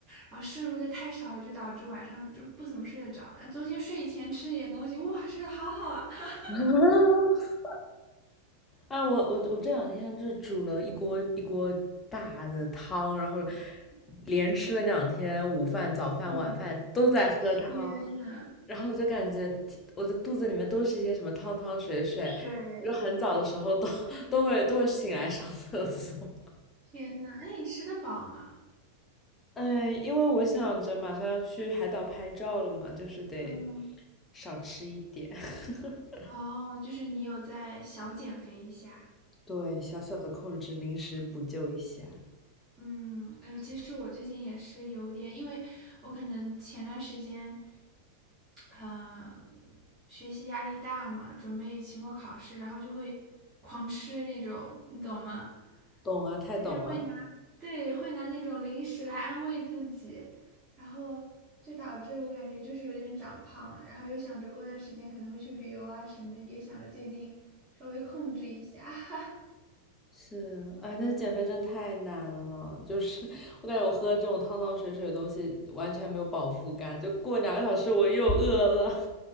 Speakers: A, on the right; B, on the left.
A: 然后摄入的太少，就导致晚上就不怎么睡得着。昨天睡前吃了点东西，哇，睡得好好啊。<laughs>
B: <laughs> 啊，我我我这两天就煮了一锅一锅大的汤，然后连吃了两天午饭、早饭、
A: 嗯。
B: 晚饭都在喝汤，
A: 天呐，
B: 然后我就感觉我的肚子里面都是一些什么汤汤水水，
A: 水，
B: 就很早的时候都都会都会醒来上厕所。
A: 天呐，那你吃得饱吗？
B: 嗯，因为我想着马上要去海岛拍照了嘛，就是得
A: 嗯，
B: 少吃一点。<laughs>
A: 哦，就是你有在小减肥一下。
B: 对，小小的控制，临时补救一下。
A: 嗯，哎呦，其实我最近也是有点，因为我可能前段时间，呃，学习压力大嘛，准备期末考试，然后就会狂吃那种，你懂吗？
B: 懂啊，太懂了。
A: 就是会拿，对，会拿那种零食来安慰自己，然后就导致我感觉就是有点长胖，然后又想着过段时间可能会去旅游啊什么的，也想着最近稍微控制一下。<laughs>
B: 是，哎，但是减肥真太难了，就是 <laughs> 我感觉我喝这种汤汤水水的东西完全没有饱腹感，就过两个小时我又饿了。